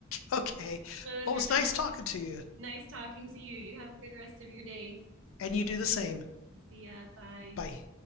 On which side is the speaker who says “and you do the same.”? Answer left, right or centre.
Left